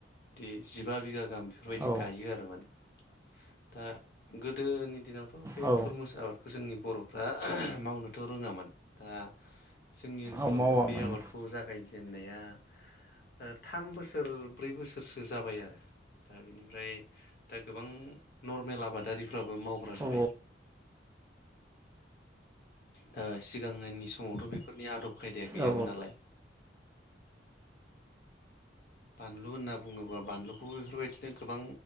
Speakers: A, on the left; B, on the right.
A: दे जिबा बिघा गाहाम बेफोरबायदि
B: औ
A: गायो आरो माने। दा गोदोनि दिनाव बे
B: औ
A: थुरमुस आबादखौ जोंनि बर'फ्रा मावनो थ' रोङामोन। दा जोंनि ओनसोलावबो
B: औ मावा
A: बे
B: माने
A: आबादखौ जागायजे दोननाया ओ थाम बोसोर ब्रै बोसोरसो जाबाय आरो दा बिनिफ्राय दा गोबां नर्मेल आबाद दारि फोराबो मावग्रा जाबाय।
B: औ
A: दा सिगांनि समावथ' बेफोरनि आदब खायदाया गैयामोन
B: औ
A: नालाय बानलु होनना बुङोबा बानलुखौबो बेफोरबायदिनो गोबां